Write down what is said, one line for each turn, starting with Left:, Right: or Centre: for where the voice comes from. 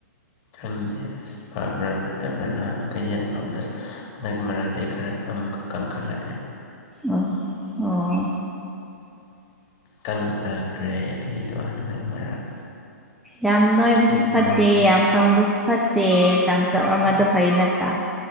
Left: ꯈꯪꯗꯦ ꯑꯁ ꯐꯕ꯭ꯔꯥ ꯐꯠꯇꯕ꯭ꯔꯥ ꯅꯍꯥꯟ ꯃꯈꯩꯗꯤ ꯌꯥꯝ ꯐꯕ ꯑꯁ ꯍꯟꯗꯛꯀꯤ ꯃꯔꯛꯇ ꯑꯩ ꯈꯔ ꯑꯃꯨꯛꯀ ꯀꯟꯈꯠꯂꯛꯑꯦ
Centre: ꯑꯥ ꯑꯣ
Left: ꯀꯪꯊꯈ꯭ꯔꯦ ꯑꯩꯗꯣ ꯍꯟꯗꯛ ꯃꯔꯛ
Centre: ꯌꯥꯝ ꯅꯣꯏꯕꯁꯨ
Left: ꯏꯁ
Centre: ꯐꯠꯇꯦ
Left: ꯅꯪ
Centre: ꯌꯥꯝ ꯀꯪꯕꯁꯨ ꯐꯠꯇꯦ ꯆꯥꯡꯆꯞ
Left: ꯏꯁ
Centre: ꯑꯃꯗꯣ ꯐꯩ ꯅꯠꯇ꯭ꯔꯥ